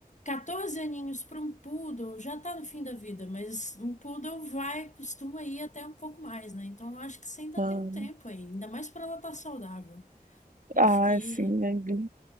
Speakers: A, on the left; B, on the right.
A: 14 aninhos para um poodle já tá no fim da vida, mas um poodle vai, costuma ir até um pouco mais, né? Então eu acho que você ainda
B: Ah,
A: tem um tempo aí, ainda mais para ela estar saudável.
B: ah,
A: Acho que
B: sim, aí,